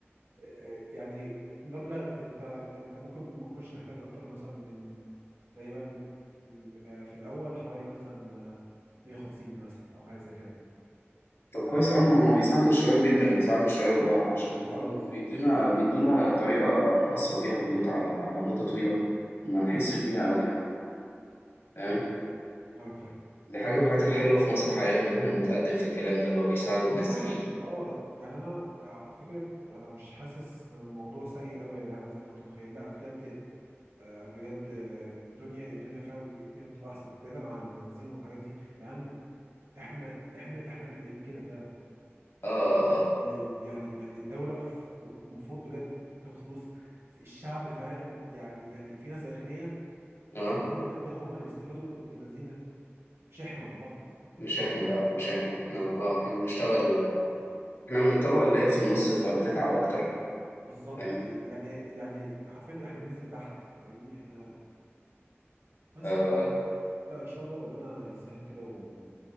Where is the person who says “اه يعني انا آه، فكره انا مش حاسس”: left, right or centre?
Right